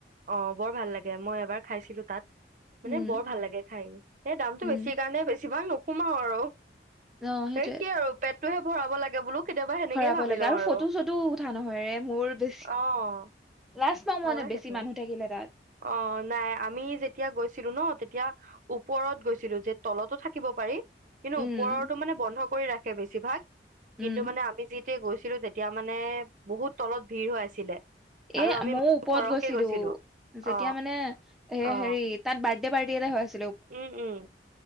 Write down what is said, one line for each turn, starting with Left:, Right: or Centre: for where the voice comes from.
Right: অ', বৰ ভাল লাগে, মই এবাৰ খাইছিলো। তাত,
Centre: উম
Right: মানে বৰ ভাল লাগে খাই। এই দামটো
Centre: উম
Right: বেছি কাৰণে বেছি ভাগ নু, সোমাও আৰু,
Centre: অ সেইটোয়ে
Right: এই কি আৰু পেট, পেটতোহে ভৰাব লাগে বোলো। কেতিয়াবা সেনেকেই
Centre: ভৰাব
Right: ভাবি
Centre: লাগে
Right: লওঁ আৰু।
Centre: চটো ফটো উঠা নহয় ৰে মোৰ বেছি,
Right: অ',
Centre: লাজ পাওঁ
Right: হয়
Centre: মানে বেছি
Right: সেইটো।
Centre: মানুহ থাকিলে, তাত
Right: অ', নাই আমি যেতিয়া গৈছিলো ন', তেতিয়া ওপৰত গৈছিলো যে, তলতো থাকিব পাৰি। কিন্তু
Centre: উম
Right: ওপৰৰতো মানে বন্ধ, কৰি ৰাখে বেছিভাগ,
Centre: উম
Right: কিন্তু মানে আমি যি, গৈছিলো তে, এতিয়া মানে বহুত তলত, - ভিৰ হৈ আছিলে।
Centre: এ,
Right: আৰু আমি
Centre: মইও ওপৰত
Right: সৰহকে
Centre: গৈছিলো। যেতিয়া
Right: অ
Centre: মানে এ
Right: অ
Centre: হেৰি তাত, বাৰ্থদে- পাৰ্টি এটা হয় আছ,
Right: উম- উম